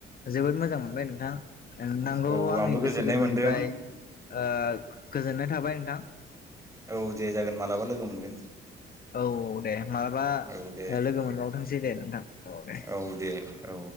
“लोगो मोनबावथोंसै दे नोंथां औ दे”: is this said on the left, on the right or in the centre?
Left